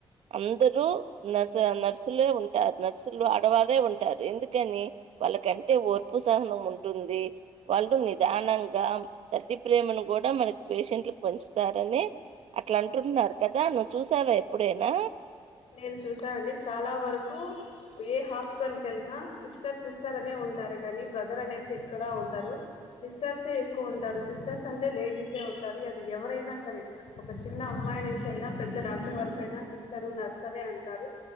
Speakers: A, on the right; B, on the left.
A: అందరుూ నర్ నర్సులే ఉంటారు నర్సులు ఆడవాళ్ళ ఉంటారు ఎందుకని వాళ్ళకంటే ఓర్పు సహనం ఉంటుంది వాళ్ళు నిదానంగా తల్లి ప్రేమను కూడా మనకి పేషెంట్లకు పంచుతారని అట్లా అంటుంటున్నారు కదా నువ్వు చూసావా ఎప్పుడైనా
B: నేను చూసానండి చాలా వరకు ఏ హాస్పిటల్కి వెల్లినా సిస్టర్ సిస్టర్ అనే ఉంటారు కానీ బ్రదర్ అనేసి ఎక్కడా ఉండరు సిస్టర్సే ఎక్కువ ఉంటారు సిస్టర్స్ అంటే లేడీసే ఉంటారు అది ఎవరైనా సరే ఒక చిన్న అమ్మాయి నుంచి అయినా పెద్ద డాక్టర్ వరక అయినా సిస్టర్ నర్స్ అనే అంటారు